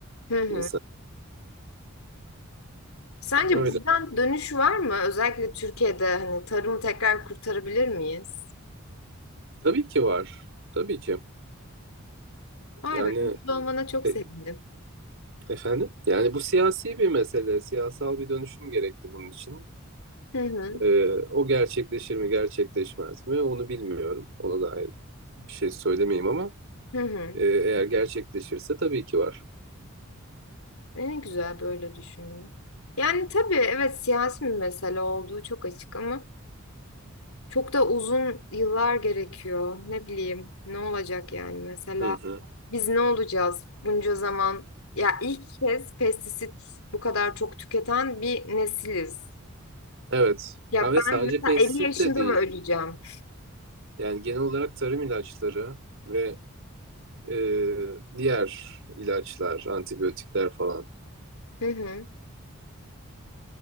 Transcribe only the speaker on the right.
insan.
Öyle.
Tabii ki var. Tabii ki.
Yani
e,
efendim yani bu siyasi bir mesele, siyasal bir dönüşüm gerekti bunun için.
Ee, o gerçekleşir mi gerçekleşmez mi onu bilmiyorum. Ona dair bir şey söylemeyeyim ama
e, eğer gerçekleşirse tabii ki var.
Hı hı.
Evet.
Ha, ve
sadece
pestisit
de değil.
Yani genel olarak tarım ilaçları ve e, diğer ilaçlar, antibiyotikler falan.